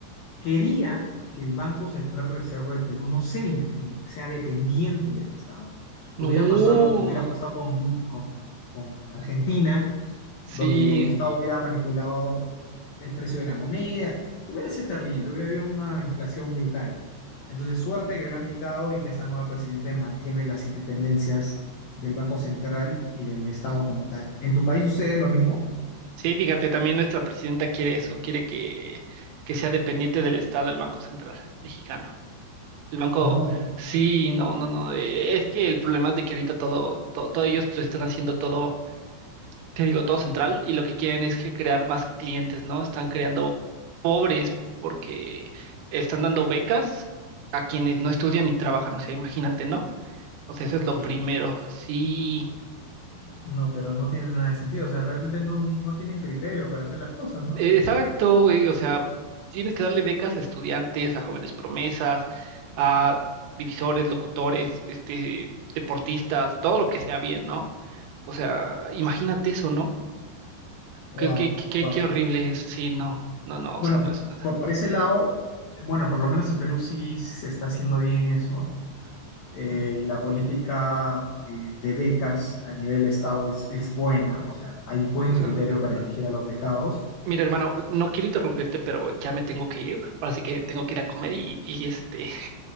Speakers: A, on the left; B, on the right.
A: Quería que el Banco Central Reserva del Perú no sea independiente, sea dependiente del Estado. Hubiera
B: No,
A: pasado lo que hubiera pasado con, con- con Argentina,
B: sí,
A: donde el Estado hubiera manipulado el precio de la moneda. Hubiera sido terrible, hubiera habido una inflación brutal. Entonces, suerte que lo han quitado y que esta nueva presidenta mantiene las independencias del Banco Central y del Estado como tal. ¿En tu país sucede lo mismo?
B: sí, fíjate, también nuestra presidenta quiere eso, quiere que, que sea dependiente del Estado el Banco Central mexicano. El banco,
A: No,
B: sí, no, no, no, eh, es que el problema es de que ahorita todo, todo, todo ellos lo están haciendo todo, te digo, todo central y lo que quieren es que crear más clientes, ¿no? Están creando pobres porque están dando becas a quienes no estudian ni trabajan, o sea, imagínate, ¿no? O sea, eso es lo
A: que
B: primero. Sí,
A: No, pero no tiene nada de sentido. O sea, realmente no, no tienen criterio para hacer las cosas, ¿no?
B: Eh, Exacto, güey, o sea, tienes que darle becas a estudiantes, a jóvenes promesas, a divisores, locutores, este, deportistas, todo lo que sea bien, ¿no? O sea, imagínate eso, ¿no?
A: Wow,
B: Qué, qué, qué,
A: wow.
B: qué horrible es. Sí, no, no, no,
A: Bueno,
B: o sea, no es nada.
A: por, por ese lado, bueno, por lo menos en Perú sí se está haciendo bien eso. Eh, la política de, de becas a nivel Estado es, es buena, o sea, hay buen
B: O
A: criterio
B: sea,
A: para elegir a los becados.
B: mira, hermano, no quiero interrumpirte, pero ya me tengo que ir, así que tengo que ir a comer y, y este,